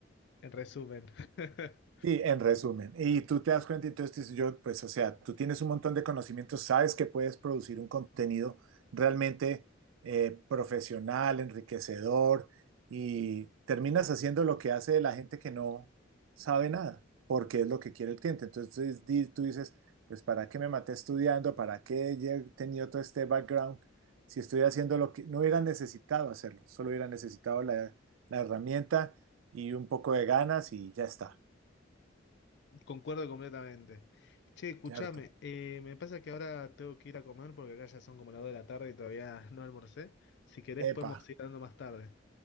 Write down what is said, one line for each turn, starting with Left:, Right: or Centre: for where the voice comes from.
Left: en resumen, <laughs>
Right: Sí, en resumen. Y tú te das cuenta, entonces dices yo, pues, o sea, tú tienes un montón de conocimientos, sabes que puedes producir un contenido realmente eh, profesional, enriquecedor, y terminas haciendo lo que hace la gente que no sabe nada, porque es lo que quiere el cliente. Entonces di- tú dices, pues, ¿para qué me maté estudiando? ¿Para qué he tenido todo este background? Si estoy haciendo lo que no hubiera necesitado hacerlo, solo hubiera necesitado la la herramienta y un poco de ganas y ya está.
Left: concuerdo completamente. Che, escuchame,
Right: Cierto.
Left: eh, me pasa que ahora tengo que ir a comer porque acá ya son como las 2 de la tarde y todavía <laughs> no almorcé. Si querés, podemos
Right: Epa.
Left: ir dando más tarde.